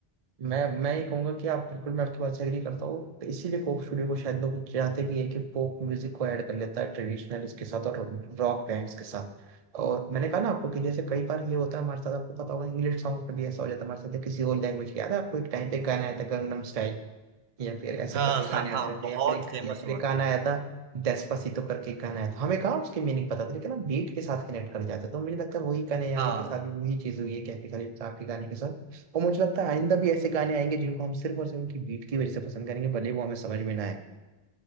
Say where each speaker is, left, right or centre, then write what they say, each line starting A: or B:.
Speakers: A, on the right; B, on the right.
A: मैं मैं ये कहूंगा कि आप बिल्कुल मैं आपकी बात से एग्री करता हूँ तो इसीलिए कोक स्टूडियो को शायद लोग चाहते भी है कि फोक म्यूजिक को ऐड कर लेता है ट्रेडिशनल उसके साथ और रॉक बैंड्स के साथ और मैंने कहा ना आपको कि जैसे कई बार ये होता है हमारे साथ आपको पता होगा इंग्लिश सॉन्ग्स में भी ऐसा हो जाता है हमारे साथ या किसी और लैंग्वेज याद है आपको एक टाइम पे एक गाना आया था गंगनम स्टाइल या फिर ऐसे
B: हाँ
A: करके गाने
B: हाँ
A: आते
B: हाँ
A: रहते
B: बहुत
A: हैं या फिर एक
B: फेमस
A: या फिर
B: हुआ
A: एक गाना
B: था
A: आया था डेस्पासीतो करके एक गाना आया था हमें कहा उसकी मीनिंग पता थी लेकिन हम बीट के साथ कनेक्ट कर जाते तो मुझे लगता है वही गाने यारी
B: हाँ
A: के साथ भी वही चीज हुई है कैफे खलील साहब के गाने के साथ और मुझे लगता है आइंदा भी ऐसे गाने आएंगे जिनको हम सिर्फ और सिर्फ उनकी बीट की वजह से पसंद करेंगे भले वो हमें समझ में ना आए